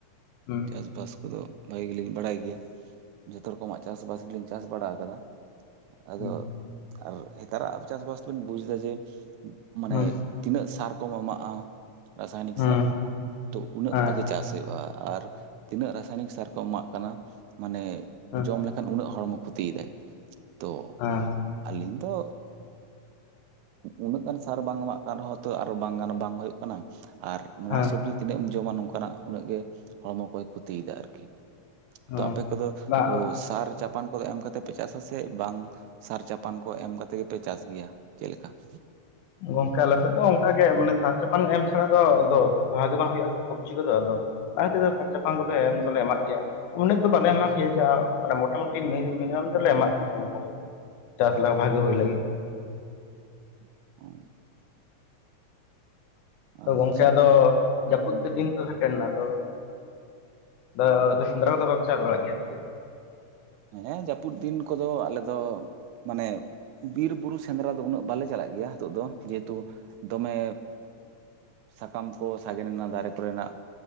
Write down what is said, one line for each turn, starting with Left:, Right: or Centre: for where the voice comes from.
Left: ᱦᱩᱸ
Right: ᱪᱟᱥ ᱵᱟᱥ ᱠᱚᱫᱚ ᱵᱷᱟᱜᱤ ᱜᱮᱞᱤᱧ ᱵᱟᱲᱟᱭ ᱜᱮᱭᱟ ᱡᱚᱛᱚ ᱨᱚᱠᱚᱢᱟᱜ ᱪᱟᱥ ᱵᱟᱥ ᱜᱮᱞᱤᱧ ᱪᱟᱥ ᱵᱟᱲᱟ ᱟᱠᱟᱫᱟ᱾ ᱟᱫᱚ
Left: ᱦᱩᱸ
Right: ᱟᱨ ᱱᱮᱛᱟᱨᱟᱜ ᱪᱟᱥ ᱵᱟᱥ ᱫᱚᱵᱮᱱ ᱵᱩᱡᱽ ᱮᱫᱟ ᱡᱮ ᱢᱟᱱᱮ
Left: ᱦᱩᱸ
Right: ᱛᱤᱱᱟᱹᱜ ᱥᱟᱨ ᱠᱚᱢ ᱮᱢᱟᱜᱼᱟ, ᱨᱟᱥᱟᱭᱱᱤᱠ
Left: ᱦᱩᱸ
Right: ᱥᱟᱨ ᱠᱚ ᱛᱚ ᱩᱱᱟᱹᱜ
Left: ᱦᱮᱸ
Right: ᱵᱷᱟᱜᱤ ᱪᱟᱥ ᱦᱩᱭᱩᱜᱼᱟ ᱟᱨ ᱛᱤᱱᱟᱹᱜ ᱨᱟᱥᱟᱭᱱᱤᱠ ᱥᱟᱨ ᱠᱚᱢ ᱮᱢᱟᱜ ᱠᱟᱱᱟ, ᱢᱟᱱᱮ
Left: ᱦᱮᱸ
Right: ᱡᱚᱢ ᱞᱮᱠᱷᱟᱱ ᱩᱱᱟᱹᱜ ᱦᱚᱲᱢᱚ ᱠᱷᱚᱛᱤᱭ ᱫᱟᱭ, ᱛᱚ
Left: ᱦᱮᱸ
Right: ᱟᱹᱞᱤᱧ ᱫᱚ ᱩᱱᱟᱹᱜ ᱜᱟᱱ ᱥᱟᱨ ᱵᱟᱝ ᱮᱢᱟᱜ ᱠᱟᱱ ᱨᱮᱦᱚᱸ ᱛᱚ ᱟᱨᱚ ᱵᱟᱝ ᱜᱟᱱ ᱵᱟᱝ ᱦᱩᱭᱩᱜ ᱠᱟᱱᱟ ᱟᱨ ᱱᱚᱣᱟ
Left: ᱦᱮᱸ
Right: ᱥᱚᱵᱡᱤ ᱛᱤᱱᱟᱹᱜ ᱮᱢ ᱡᱚᱢᱟ ᱱᱚᱝᱠᱟᱱᱟᱜ ᱩᱱᱟᱹᱜ ᱜᱮ ᱦᱚᱲᱢᱚ ᱠᱚᱭ ᱠᱷᱚᱛᱤᱭ ᱮᱫᱟ ᱟᱨᱠᱤ᱾
Left: ᱦᱮᱸ
Right: ᱛᱚ ᱟᱯᱮ ᱠᱚᱫᱚ
Left: ᱵᱟ
Right: ᱚᱸ ᱥᱟᱨ ᱪᱟᱯᱟᱱ ᱠᱚᱫᱚ ᱮᱢ ᱠᱟᱛᱮ ᱯᱮ ᱪᱟᱥᱟ ᱥᱮ ᱵᱟᱝ ᱥᱟᱨ ᱪᱟᱯᱟᱱ ᱠᱚ ᱮᱢ ᱠᱟᱛᱮᱫ ᱜᱮᱯᱮ ᱪᱟᱥ ᱜᱮᱭᱟ ᱪᱮᱫ ᱞᱮᱠᱟ? <inaudible>
Left: ᱜᱚᱝᱠᱮ ᱟᱞᱮ ᱥᱮᱫ ᱫᱚ ᱚᱱᱠᱟ ᱜᱮ ᱢᱟᱱᱮ ᱥᱟᱨ ᱪᱟᱯᱟᱱ ᱮᱢ ᱪᱷᱟᱲᱟ ᱫᱚ ᱟᱫᱚ ᱵᱷᱟᱜᱮ ᱵᱟᱝ ᱦᱩᱭᱩᱜ-ᱟ ᱥᱮ ᱥᱚᱵᱽᱡᱤ ᱠᱚᱫᱚ ᱟᱫᱚ ᱞᱟᱦᱟ ᱛᱮᱫᱚ ᱥᱟᱨ ᱪᱟᱯᱟᱱ ᱠᱚᱫᱚ ᱮᱢ ᱫᱚᱞᱮ ᱮᱢᱟᱜ ᱜᱮᱭᱟ ᱟᱫᱚ ᱩᱱᱟᱹᱜ ᱫᱚ ᱵᱟᱞᱮ ᱮᱢᱟᱜ ᱜᱮᱭᱟ ᱡᱮ ᱢᱚᱴᱟ ᱢᱩᱴᱤ ᱢᱤᱱᱤᱢᱟᱢ ᱫᱚᱞᱮ ᱮᱢᱟᱜ <unintelligible> ᱪᱟᱥ ᱞᱟᱠᱷ ᱵᱷᱟᱜᱮ ᱦᱩᱭ ᱞᱟᱹᱜᱤᱫ
Right: <inaudible> ᱟᱪᱪᱷᱟ
Left: ᱜᱚᱢᱠᱮ ᱟᱫᱚ ᱡᱟᱹᱯᱩᱫ ᱫᱤᱱ ᱛᱚ ᱥᱮᱴᱮᱨ ᱮᱱᱟ ᱟᱫᱚ ᱟᱫᱚ ᱥᱮᱸᱫᱽᱨᱟ ᱠᱚᱫᱚ ᱵᱟᱢ ᱪᱟ ᱵᱟᱲᱟᱜ ᱜᱮᱭᱟ ᱥᱮᱪᱮᱫ?
Right: ᱦᱮᱸ ᱡᱟ ᱯᱩᱫ ᱫᱤᱱ ᱠᱚᱫᱚ ᱟᱞᱮ ᱫᱚ ᱢᱟᱱᱮ ᱵᱤᱨ ᱵᱩᱨᱩ ᱥᱮᱸᱫᱽᱨᱟ ᱫᱚ ᱩᱱᱟᱹᱜ ᱵᱟᱞᱮ ᱪᱟᱞᱟᱜ ᱜᱮᱭᱟ ᱱᱤᱛᱚᱜ ᱫᱚ᱾ ᱡᱮᱦᱮᱛᱩ ᱫᱚᱢᱮ ᱥᱟᱠᱟᱢ ᱠᱚ ᱥᱟᱜᱮᱱ ᱮᱱᱟ ᱫᱟᱨᱮ ᱠᱚᱨᱮᱱᱟᱜ